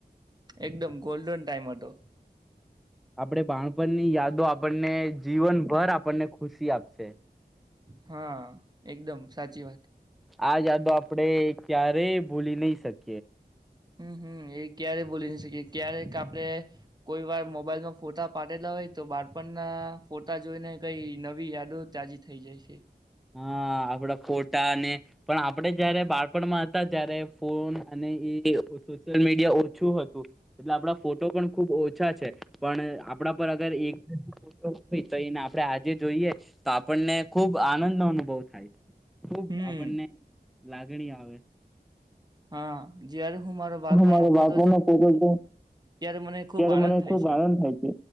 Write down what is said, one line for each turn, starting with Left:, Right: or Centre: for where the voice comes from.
Right: એકદમ ગોલ્ડન ટાઈમ હતો.
Centre: આપણે બાણપણની યાદો આપણને જીવનભર આપણને ખુશી આપશે.
Right: હા એકદમ સાચી વાત.
Centre: આ જાદુ આપડે ક્યારે ભૂલી નહી શકીએ.
Right: હમ્મ હમ્મ એ ક્યારે બોલી ન શકે. ક્યારેક આપણે કોઈ વાર મોબાઈલમાં ફોટા પાડેલા હોય તો બાળપણના ફોટા જોઈને કઈ નવી યાદો તાજી થઈ જાય છે.
Centre: હા આપડા ફોટાને પણ આપણેે જયારે બાળપણમાં હતા ત્યારે ફોન અને એ સોશિયલ મીડિયા ઓછું હતું એટલે આપણા ફોટો પણ ખૂબ ઓછા છે પણ આપણા પર અગર એક ફોટ હોય તો એને આપણે આજે જોઈએ તો આપણને ખૂબ આનંદ અનુભવ થાય. ખુબ
Right: હમ
Centre: આપણને લાગણી આવે.
Right: હા જયારે હું મારો બાળપણનો
Centre: મારા
Right: ફોટો
Centre: બાળપણનો
Right: જોઉં
Centre: ફોટો જોઉં
Right: ત્યારે મને
Centre: ત્યારે
Right: ખૂબ આનંદ
Centre: મને
Right: થાય
Centre: ખુબ
Right: છે.
Centre: આનંદ થાય છે